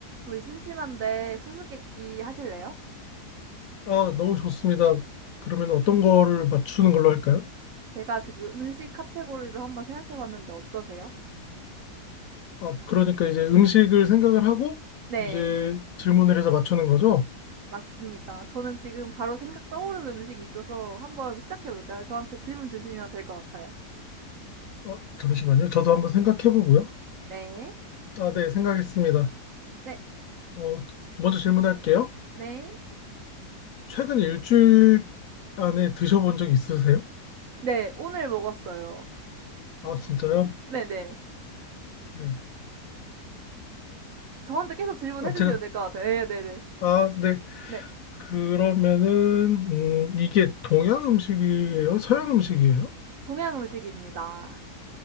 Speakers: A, on the right (about 65°); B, on the left (about 70°).
A: 우리 심심한데 수수께끼 하실래요?
B: 아, 너무 좋습니다. 그러면 어떤 거를 맞추는 걸로 할까요?
A: 제가 지금 음식 카테고리를 한번 생각해봤는데 어떠세요?
B: 아, 그러니까 이제 음식을 생각을 하고
A: 네,
B: 이제 질문을 해서 맞추는 거죠?
A: 맞습니다. 저는 지금 바로 생각 떠오르는 음식이 있어서 한번 시작해볼까요? 저한테 질문 주시면 될 것 같아요.
B: 어, 잠시만요. 저도 한번 생각해 보고요.
A: 네,
B: 아, 네, 생각했습니다.
A: 네,
B: 어, 먼저 질문할게요.
A: 네,
B: 최근 일주일 안에 드셔본 적 있으세요?
A: 네, 오늘 먹었어요.
B: 아, 진짜요?
A: 네, 네.
B: 네.
A: 저한테 계속 질문해주시면
B: 아, 제가,
A: 될 것 같아요. 네, 네, 네.
B: 아, 네.
A: 네,
B: 그러면은, 음, 이게 동양 음식이에요? 서양 음식이에요?
A: 동양 음식입니다.